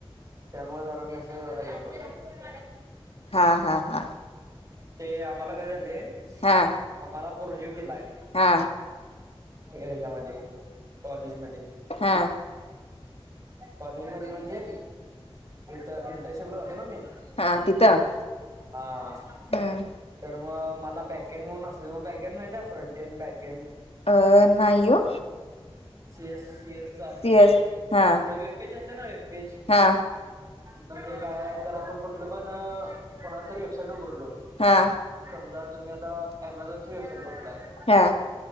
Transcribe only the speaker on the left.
हा हा हा..
हा
हा.
हा.
हा तिथं
हम्म
अ नाही ओ
सीएस
हा
हा
हा.
हा